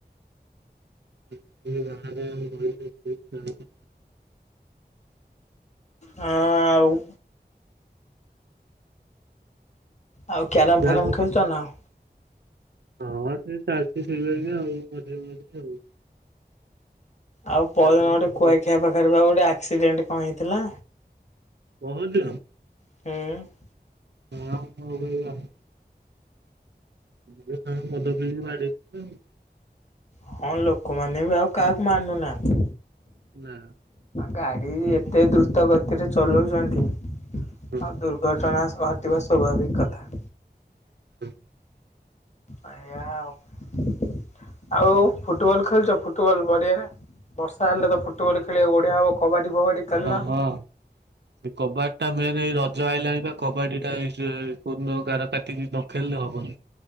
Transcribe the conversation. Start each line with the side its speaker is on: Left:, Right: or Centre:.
Right: <unintelligible>
Left: ହାଁ- ଆଉ ଆଉ କ୍ୟାରମ୍
Right: ଯାହା
Left: ଫ୍ୟାରମ୍ ଖେଳୁଚନା ଆଉ?
Right: ହଁ ସେ ଚାଲିଚି ସେଇଭଳିଆ ବି ଆଉ ମଝିରେ ମଝିରେ ଆଉ।
Left: ଆଉ ପରଦିନ
Right: କ୍ୟାରମ
Left: ଗୋଟେ କୁଆଖିଆ ପାଖରେ ପରା ଗୋଟେ ଆକ୍ସିଡେଣ୍ଟ କଣ ହେଇଥିଲା?
Right: ବହୁତ ଦିନର।
Left: ହୁଁ-
Right: ହଁ <unintelligible> <unintelligible> ମଦ ପିଇକି ବାଡ଼େଇଥିବେ ଆଉ
Left: ହଁ ଲୋକମାନେ ବି ଆଉ କାହାକୁ ମାନୁନାହାନ୍ତି।
Right: ନା
Left: ଗାଡି ଏତେ ଦ୍ରୁତ ଗତ୍ ତିରେ ଚଲଉଛନ୍ତି ଆଉ
Right: ହଁ
Left: ଦୁର୍ଘଟଣା ଘଟିବା ସ୍ୱାଭାବିକ କଥା।
Right: <unintelligible>
Left: ଆ ଉ <unintelligible> ଆଉ ଫୁଟବଲ ଖେଳିଚ ଫୁଟବଲ ପଡିଆରେ ବର୍ଷା ହେଲେ ତ ଫୁଟବଲ ଖେଳିବାକୁ ବଢିଆ ହବ। କବାଡ଼ି ଫବାଡ଼ି ଖେଳିନ
Right: ହଁ ହଁ। କବାଡି ଟା ମେନ ଏଇ ରଜ ଆଇଲାଣି ପା କବାଡି ଟା କୋଉଦିନ ଗାର କାଟିକି ନ ଖେଳିଲେ ହବନି।